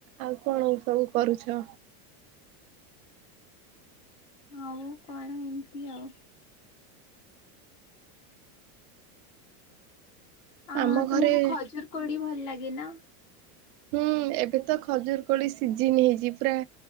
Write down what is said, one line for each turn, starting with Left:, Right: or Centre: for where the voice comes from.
Right: ଆଉ କଣ ସବୁ କରୁଛ?
Left: ଆଉ କଣ ଏମିତି ଆଉ ଅ
Right: ଆମ ଘରେ
Left: ତମକୁ ଖଜୁର କୋଳି ଭଲ ଲାଗେ ନା?
Right: ହୁଁ ଏବେ ତ ଖଜୁର କୋଳି ସିଜିିନ ହେଇଛି ପୁରା